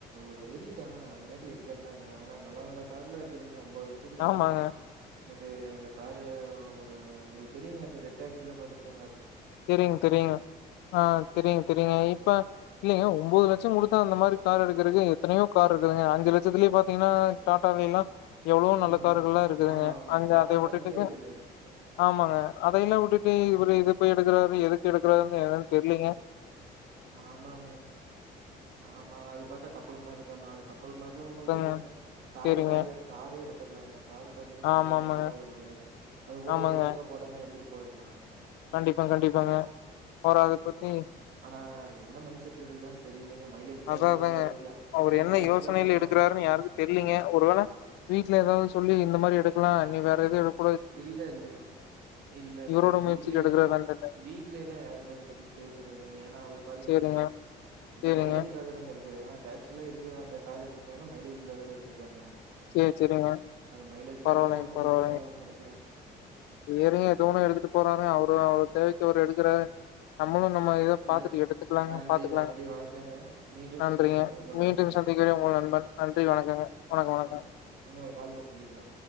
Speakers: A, on the right; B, on the left.
A: ஒரு வெறியீடா அது கேட் வண்டி எடுக்கறண்டாங்றா ஆனா நல்ல நல்ல கார்ல இருக்குதுங்க ஒ ஒம்போது லட்சத்துக்கு பாத்தீங்னா
B: ஆமாங்க
A: இது அந்த காரு ஒரு உங்களுக்கு தெரியங்க அந்த ரெட் டாக்சில பாத்துருப்பீங்க
B: தெரியு தெரியுங்க ஆ தெரியு தெரியங்க இ ப்ப இல்லலைங்க ஒம்போது லட்சம் குடுத்தா அந்த மாரி கார் எடுக்கிறதுக்கு எத்தனையோ கார் இருக்குதுங்க அஞ்சு லட்சத்துலயே பாத்தீங்னா டாடாலைலா எவ்ளோவோ நல்ல
A: ம்
B: கார்கள்லா இருக்குதுங்க
A: ஆமாங்க
B: அங்க
A: டாடா
B: அத வுட்டுட்டுங்க
A: பஞ்சே இருக்குது ம்
B: ஆமாங்க அதையெல்லா வுட்டுட்டு இவரு இது போய் எடுக்குறாரு எதுக்கு எடுக்குறாருனு எனக்கு தெரிலீங்க
A: ஆமாங்க ஆமாங்க அது பாத்தா கப்பல் மாருக்க அது கப்பல் மாரிலா ஒன்னு
B: அதாங்க
A: இல்லைங்க தாரு
B: சரிங்க
A: காரு தாரே எடுத் தர்லாங்க தாரு பாத்திங்னா பதிமூணு
B: ஆமா ஆமாங்க
A: லட்சந்தா வருது அது கூட
B: ஆமாங்க
A: ஒ எக்ஸ்ட்ரா போட்டன்னா எடுத்துட்டு போயர்லாம்
B: கண்டிப்பா கண்டிப்பாங்க அவரு அத பத்தி
A: ஆ என்ன மைண்ட் செட்ல எடுக்கறார்னு தெரி ஏங்க மைலேஜுக்காகவு
B: அதா அதாங்க
A: கூட எடுக்கலா
B: அவரு
A: ஏனா
B: என்ன
A: டேக்ஸி
B: யோசனையில
A: எல்லா பாத்திங்னா
B: எடுக்கறாருன்னு யாருக்கு தெரியலீங்க ஒருவேள வீட்ல எதாவுது சொல்லி இந்த மாரி எடுக்கலா நீ வேற எதுவு எடுக்
A: இல்ல இல்லங்க இல்ல இல்ல
B: இவரோட முயற்சில
A: வீட்ல
B: எடுக்கறாரான்னு
A: எல்லா
B: தெர்ல
A: வீட்ல எல்லா யாருமே இத பத்தி பேசறது இல்லைங்க ஏனா அவரு பாத்திங்கன்
B: சேரிங்க
A: வைங்க இது
B: சேரிங்க
A: மைலேஜுக்காகத்தாங்க எடுக்கு ஏனா டாக்ஸிலா இருக்குது அந்த கார் எடுத்துருக்காங்னா மைலேஜுக்காகதா எடுத்திருக்காங்க
B: சேரி சேரிங்க
A: அது மைலேஜுக்காக
B: பரவாயில்லைங்க
A: தாங்க எடுப்பார்னு
B: பரவாயில்லைங்க
A: நெனைக் ற
B: சேரிங்க எதோன்னு எடுத்துட்டு போறாருங்க அவரு அவர் தேவைக்கு அவர் எடுக்கறா நம்மளு நம்ம இத பாத்துட்டு
A: நன்
B: எடுத்துக்கலாங்க
A: நன்றி
B: பாத்துக்கலாங்க
A: நன்றி வணக்கங்க மீண்டும்
B: நன்றிங்க
A: சந்திக்கும் வரை உங்கள்
B: மீண்டும்
A: நண்பன்
B: சந்திக்கிறேன் உங்கள் நண்பன் நன்றி வணக்கங்க வணக்க வணக்கங்
A: ம் இன்னொரு கால்ல சந்திக்கலாம்